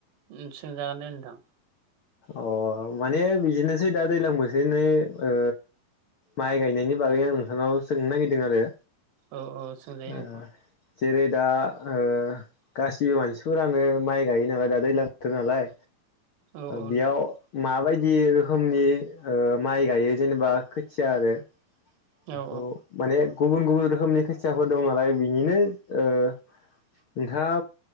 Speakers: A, on the right (about 80°); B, on the left (about 85°).
A: उम सोंजागोन दे नोंथां
B: अह माने बिदिनोसै दा दैज्लां बोथोरनि ओ माइ गायनायनि बागै आं नोंथांनाव सोंनो नागिरदों आरो
A: औ औ सोंजायो
B: ओ
A: नोंथां
B: जेरै दा ओ गासिबो मानसिफोरानो माइ गायो नालाय दा दैज्लां बोथोर नालाय
A: औ औ
B: बेयाव
A: नोंथां
B: माबायदि बायदि रोखोमनि माइ गायो जेनेबा खोथिया आरो बेखौ
A: औ
B: माने गुबुन गुबुन। रोखोमनि खोथियाफोर दं नालाय बिनिनो नोंथाङा